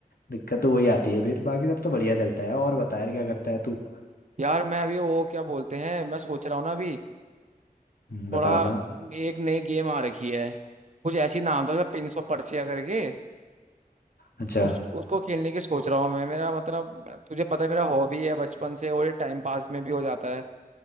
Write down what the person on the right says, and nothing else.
यार मैं अभी वो क्या बोलते हैं मैं सोच रहा हूँ ना अभी
थोड़ा
एक नई गेम आ रखी है कुछ ऐसी नाम था पिंस ऑफ पर्सिया करके
उस उसको खेलने की सोच रहा हूँ मैं मेरा मतलब तुझे पता है मेरा हॉबी है बचपन से और ये टाइम पास में भी हो जाता है